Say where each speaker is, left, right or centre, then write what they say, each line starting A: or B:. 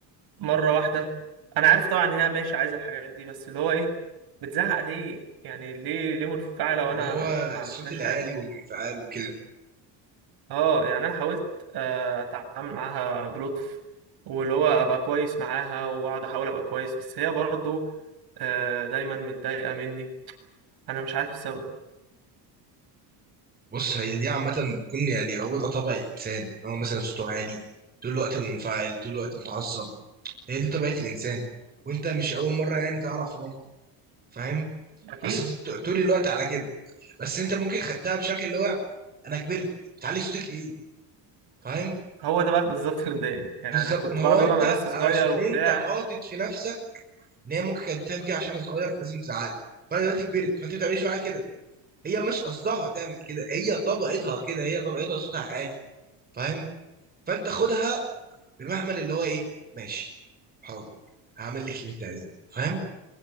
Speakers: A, on the right (about 55°); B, on the right (about 20°).
A: مرة واحدة أنا عارف طبعا إن هي ماشي عايزة الحاجات دي بس اللي هو إيه بتزعق ليه يعني ليه ليه منفعلة
B: اللي
A: وأنا
B: هو
A: ما عملتلهاش
B: الصوت العالي
A: حاجة
B: والانفعال وكده
A: أه يعني أنا حاولت آه، أتعامل معاها بلطف واللي هو أبقى كويس معاها وأقعد أحاول أبقى كويس بس هي برضه آه، دايما متضايقة مني أنا مش عارف السبب
B: بص هي دي عامة بتكون يعني هو ده طبع الإنسان إن هو مثلا صوته عالي طول الوقت منفعل طول الوقت متعصب هي دي طبيعة الإنسان وأنت مش أول مرة يعني تعرف منطق فاهم
A: أكيد
B: أصل أنت ط- طول الوقت على كده بس أنت ممكن خدتها بشكل اللي هو أنا كبرت بتعلي صوتك ليه فاهم
A: هو ده بقى بالظبط اللي مضايقني يعني
B: بالظبط
A: انا كنت
B: ما
A: بقعد
B: هو انت
A: اقول انا لسه صغير
B: علشان
A: وبتاع
B: انت حاطط في نفسك ان هي ممكن كانت بتعمل كده عشان انا صغير فلازم تزعلي فانا دلوقتي كبرت فانت ما بتعمليش معايا كده هي مش قصدها تعمل كده هي طبيعتها كده هي طبيعتها صوتها عالي فاهم فانت خدها بمحمل اللي هو ايه ماشي حاضر هعمل لك اللي انت عايزاه فاهم